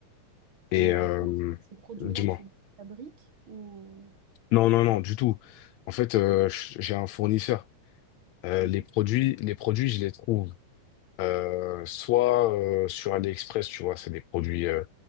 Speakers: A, on the left; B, on the right.
A: Et
B: Mais
A: euh,
B: attends, en fait, ces produits-là,
A: dis-moi.
B: tu les fabriques ou...
A: Non, non, non, du tout. En fait, euh, j- j'ai un fournisseur. Euh,
B: Ok.
A: les produits, les produits, je les trouve euh, soit euh, sur AliExpress, tu vois, c'est des produits euh,